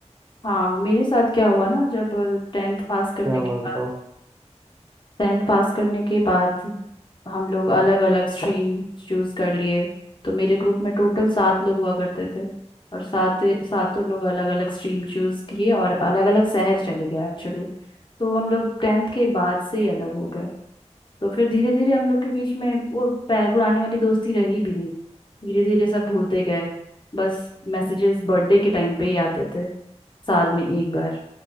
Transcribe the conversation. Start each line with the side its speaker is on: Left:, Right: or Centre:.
Left: हाँ मेरे साथ क्या हुआ ना जब टेंथ पास करने
Right: क्या हुआ
Left: के बाद
Right: बताओ
Left: टेंथ पास करने के बाद हम लोग अलग अलग स्ट्रीम चूज कर लिए तो मेरे ग्रुप में टोटल सात लोग हुआ करते थे और सात सातों लोग अलग अलग स्ट्रीम चूज किए और अलग अलग शहर चले गए एक्चुअली तो हम लोग टेंथ के बाद से ही अलग हो गए तो फिर धीरे धीरे हम लोग के बीच में वो पह- पुराने वाली दोस्ती रही भी नहीं धीरे धीरे सब भूलते गए बस मैसेजेस बर्थडे के टाइम पे ही आते थे साल में एक बार